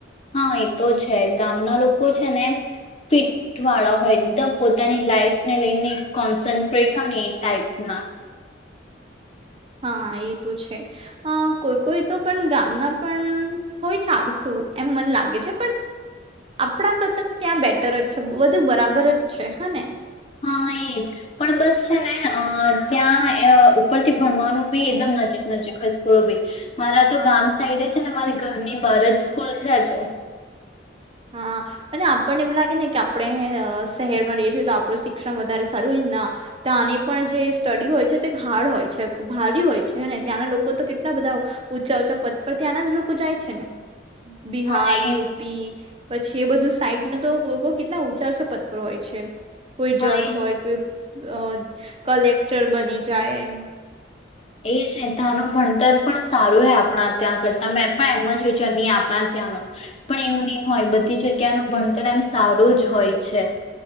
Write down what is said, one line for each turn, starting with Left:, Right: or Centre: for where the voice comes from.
Left: હા, એ તો છે. ગામના લોકો છે ને એમ ફિટ વાળા હોય એકદમ પોતાની લાઈફને લઈને કોન્સન્ટ્રેટ હોય ને એ ટાઈપના.
Right: હા, એ તો છે. અહ કોઈ કોઈ તો પણ ગામના પણ હોય ચાડસું એમ મન લાગે છે. પણ આપણા કરતા તો ત્યાં બેટર જ છે બધું બરાબર જ છે હ ને.
Left: હા, એજ પણ બસ છે ને અહ ત્યાં અહ ઉપરથી ભણવાનું બી એકદમ નજીક નજીક હસ્કૂલો બી મારા તો ગામ સાઈડ છે ને મારી ઘરની બાર જ સ્કૂલ છે જો.
Right: હા અને આપણને એવું લાગે ને કે આપણે અહ શહેર માં રહીએ છીએ તો આપણું શિક્ષણ વધારે સારું હોયને ના ત્યાંની પણ જે સ્ટડી હોય છે તે હાર્ડ હોય છે ભારી હોય છે. હૈને ત્યાંના લોકો તો કેટલા બધા ઊંચા ચા પદ પર ત્યાંના જ લોકો જાય છે ને. બિહાર,
Left: હા એ
Right: યુ પી પછી એ બધું સાઈટ ના તો લોકો કેટલા ઊંચા છ પત્તો હોય છે. કોઈ જજ
Left: હા
Right: હોય કોઈ અહ કલેક્ટર બની જાય એમ.
Left: એ છે તંનું ભણતર પણ સારું હો આપણા ત્યાં કરતા મેં પણ એમ જ વિચાર નહી આપણા ત્યાંનું. પણ એવું નહી હોય બધી જગ્યાનું ભણતર એમ સારું જ હોય છે.